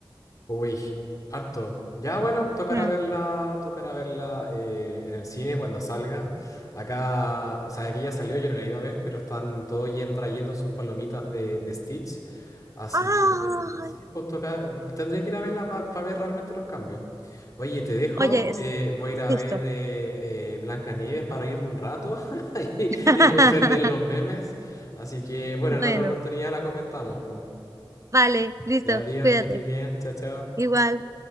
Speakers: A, on the left (about 40°); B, on the right (about 35°).
A: Uy, harto. Ya bueno, tocará
B: Mm.
A: verla, tocará verla eh, en el cine cuando salga. Acá, o sea, aquí ya salió, yo no la he ido a ver, pero están todos yen- trayendo sus palomitas de, de Stitch. Así
B: Ay,
A: que sí, pues toca, tendré que ir a verla para ver realmente los cambios. Oye, te dejo,
B: oye, es-
A: eh, voy a ir a
B: listo.
A: ver eh, eh, Blancanieves para irme un rato <laughs> y,
B: <laughs>
A: y comprender los memes. Así que bueno,
B: Bueno,
A: en otra oportunidad la comentamos, pues.
B: vale, listo,
A: Ya, Dios,
B: cuídate.
A: que estés bien. Chao, chao.
B: Igual.